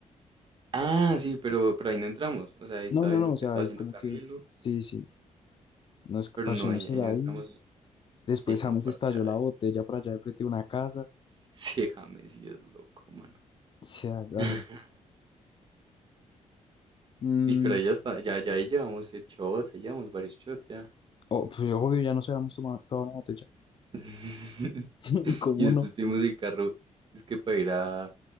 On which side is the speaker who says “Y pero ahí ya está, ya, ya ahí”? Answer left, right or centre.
Right